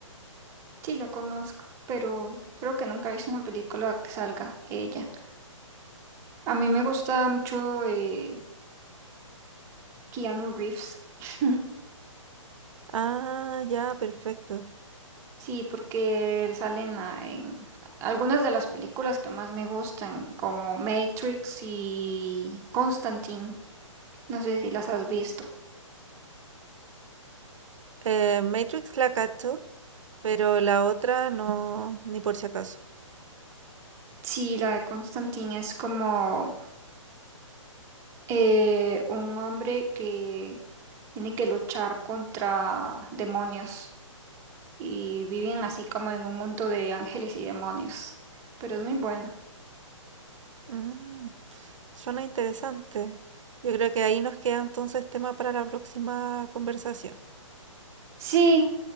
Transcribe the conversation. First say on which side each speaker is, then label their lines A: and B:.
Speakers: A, on the right (about 15°); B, on the right (about 65°).
A: Sí, la conozco, pero creo que nunca he visto una película que salga ella. A mí me gusta mucho eh, Keanu Reeves. <laughs>
B: Ah, ya, perfecto.
A: Sí, porque él sale en, la- en algunas de las películas que más me gustan, como Matrix y Constantine. No sé si las has visto.
B: Eh, Matrix la cacho, pero la otra no, ni por si acaso.
A: Sí, la de Constantine es como eh, un hombre que tiene que luchar contra demonios. y viven así como en un mundo de ángeles y demonios. Pero es muy bueno.
B: Mm, suena interesante. Yo creo que ahí nos queda entonces tema para la próxima conversación.
A: Sí,